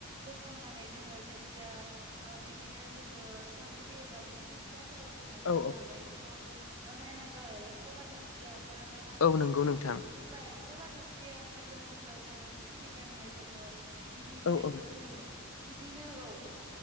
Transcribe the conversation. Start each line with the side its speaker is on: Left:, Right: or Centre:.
Right: बोखांनानै जोङो जायखि जाया ओ बिदिनो जोङो सान द्रि एबा दुब्लि फिसाफोराव जोङो दोननानै
Left: औ
Right: बिखौ नायनांगौ आरो एम्फौ लाथा फिसिया ओंखारबायना ओंखाराखै।
Left: औ नंगौ नोंथां
Right: जे ब्ला एम्फौ लाथा फिसाया ओंखारगोन अब्ला जोङो खिलि जेननाय जोङो इन्दि बिलाइखौ
Left: औ औ
Right: होनांगौ बिदिनो औ